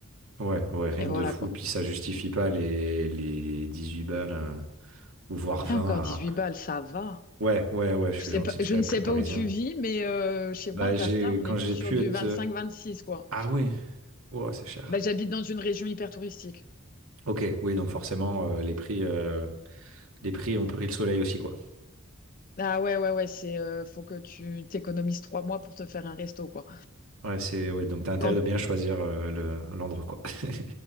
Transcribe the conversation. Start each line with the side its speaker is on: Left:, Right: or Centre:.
Right: Ouais, ouais, rien
Left: et voilà
Right: de fou,
Left: quoi.
Right: puis ça justifie pas les, les 18 balles, euh, ou voire 20
Left: Et encore
Right: à...
Left: 18 balles, ça va.
Right: Ouais, ouais, ouais, je
Left: Je
Right: suis
Left: sais
Right: gentil
Left: pas,
Right: parce
Left: je
Right: qu'avec
Left: ne sais
Right: prix parisien.
Left: pas où tu vis, mais euh, chez
Right: Bah,
Left: moi, en
Right: j'ai,
Left: tartare,
Right: quand
Left: on est plus
Right: j'ai
Left: sur
Right: pu
Left: du
Right: être...
Left: 25-26
Right: euh,
Left: quoi.
Right: Ah ouais. Ouah, c'est cher.
Left: Bah, j'habite dans une région hyper touristique.
Right: Ok, oui, donc forcément, euh, les prix, euh, les prix ont pris le soleil aussi, quoi.
Left: Ah ouais, ouais, ouais, c'est euh, faut que tu t'économises trois mois pour te faire un resto, quoi.
Right: Ouais, c'est, oui, donc t'as intérêt
Left: Quand...
Right: de bien choisir euh, le- l'endroit, quoi. <laughs>